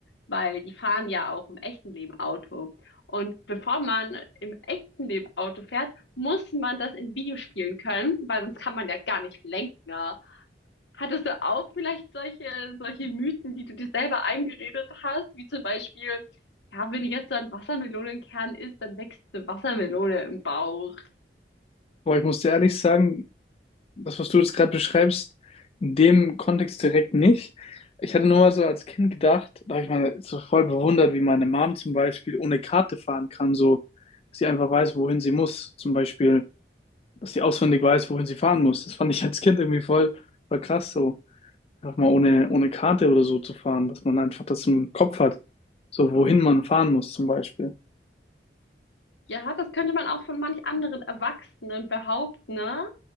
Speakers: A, on the left; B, on the left.
A: weil die fahren ja auch im echten Leben Auto. Und bevor man im echten Leben Auto fährt, muss man das in Videospielen können, weil sonst kann man ja gar nicht lenken. ja. Hattest du auch vielleicht solche, solche Mythen, die du dir selber eingeredet hast, wie zum Beispiel, ja, wenn du jetzt so einen Wassermelonenkern isst, dann wächst eine Wassermelone im Bauch.
B: Aber ich muss dir ehrlich sagen, das, was du jetzt gerade beschreibst, in dem Kontext direkt nicht. Ich hatte nur mal so als Kind gedacht, da habe ich mal so voll bewundert, wie meine Mom zum Beispiel ohne Karte fahren kann, so, dass sie einfach weiß, wohin sie muss. Zum Beispiel, dass sie auswendig weiß, wohin sie fahren muss. Das fand ich als Kind irgendwie voll, voll krass so. einfach mal ohne, ohne Karte oder so zu fahren, dass man einfach das im Kopf hat, so wohin man fahren muss zum Beispiel.
A: Ja, das könnte man auch von manch anderen Erwachsenen behaupten, ne?